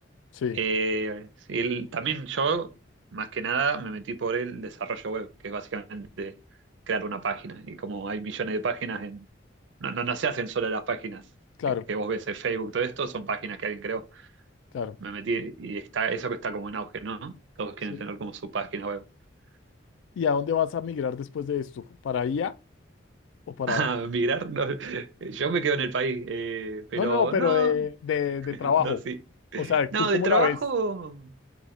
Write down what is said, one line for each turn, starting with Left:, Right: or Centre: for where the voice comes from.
Left: Sí,
Right: Eh, sí, el- también yo, más que nada, me metí por el desarrollo web, que es básicamente crear una página. Y como hay millones de páginas, en, no, no, no se hacen solo las páginas
Left: claro,
Right: que, que vos ves en Facebook, todo esto son páginas que alguien creó.
Left: claro.
Right: me metí y está eso que está como en auge, ¿no? Todos quieren
Left: Sí.
Right: tener como su página web. <laughs>
Left: ¿Y a dónde vas a migrar después de esto? ¿Para IA o para...
Right: Ah, migrar, no, yo me quedo en el país, eh, pero
Left: No, no, no, pero
Right: no,
Left: de, de
Right: <laughs>
Left: de trabajo.
Right: no, sí.
Left: O sea,
Right: No,
Left: ¿tú cómo
Right: de trabajo,
Left: la ves?